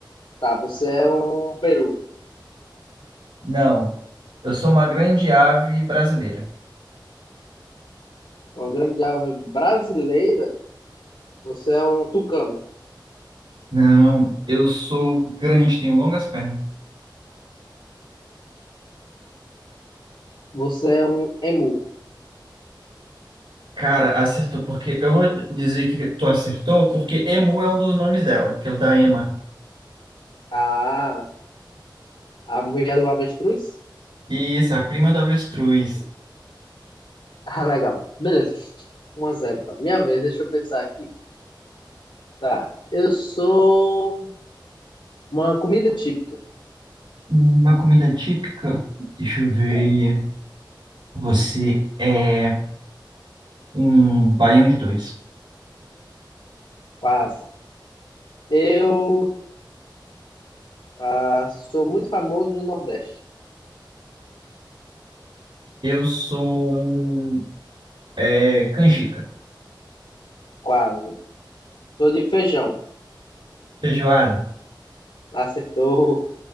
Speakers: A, on the left; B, on the right.
A: Tá, você é um peru.
B: Não. Eu sou uma grande ave brasileira.
A: Uma grande ave brasileira? Você é um tucano.
B: Não, eu sou grande, tenho longas pernas.
A: Você é um emu.
B: Cara, acertou, porque eu vou dizer que tu acertou, porque Emu é um dos nomes dela, que é o da Ema.
A: Ah, A mulher do avestruz?
B: Isso, a prima do avestruz.
A: Ah, legal. Beleza. um a zero. então. Minha vez, deixa eu pensar aqui. Tá. Eu sou uma comida típica.
B: Uma comida típica. Deixa eu ver.
A: É,
B: Você é um baião de dois.
A: quase. Eu ah, sou muito famoso no Nordeste.
B: Eu sou é, canjica,
A: Quase. Sou de feijão.
B: feijoada.
A: Acertou.